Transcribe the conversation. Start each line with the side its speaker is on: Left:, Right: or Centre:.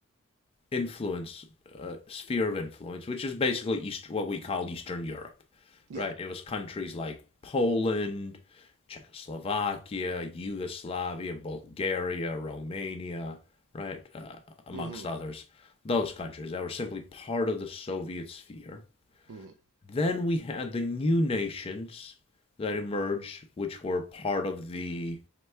Left: influence uh, sphere of influence, which is basically East, what we call Eastern Europe,
Right: yeah.
Left: right? It was countries like Poland, Czechoslovakia, Yugoslavia, Bulgaria, Romania, right, uh, amongst
Right: Mm-hmm.
Left: others. Those countries that were simply part of the Soviet sphere.
Right: Mm-hmm.
Left: Then we had the new nations that emerged, which were part of the